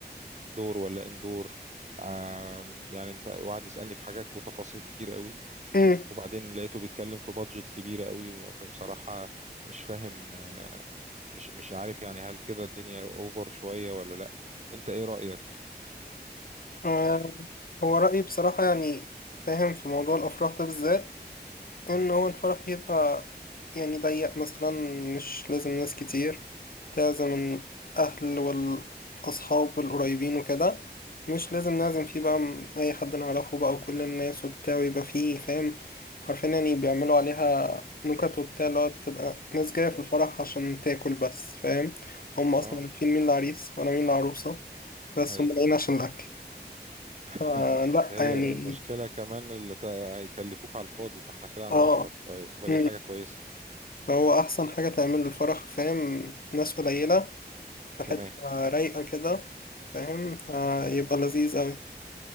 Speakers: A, on the right; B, on the left.
A: دور ولا اندور آم، يعني انت وقعد يسالني في حاجات وتفاصيل كتير قوي
B: امم
A: وبعدين لقيته بيتكلم في بادجت كبيرة قوي فبصراحة مش فاهم آه، مش مش عارف يعني هل كده الدنيا اوفر شوية ولا لا انت ايه رأيك
B: آه، هو رأيي بصراحة يعني فاهم في موضوع الأفراح ده بالذات
A: مم.
B: ان هو الفرح يبقى يعني ضيق مثلا مش لازم ناس كتير لازم الاهل والاصحاب القريبين وكده مش لازم نعزم فيه بقى م- اي حد نعرفه بقى وكل الناس وبتاع ويبقى فيه فاهم حرفيا يعني بيعملوا عليها نكت وبتاع اللي هو تبقى ناس جاية في الفرح عشان تاكل بس فاهم هم اصلا
A: اه
B: عارفين مين العريس وانا مين العروسة بس
A: ايوه
B: هم جايين عشان الاكل
A: <laughs>
B: فلا
A: هي
B: يعني
A: المشكلة كمان اللي تا- هيكلفوك على الفاضي فاحنا كده هنوفر
B: اه
A: ف- فدي
B: <laughs>
A: حاجة كويسة
B: فهو أحسن حاجة تعمل الفرح فاهم ناس قليلة في حتة
A: تمام
B: رايقة كده فاهم آه، يبقى لذيذ أوي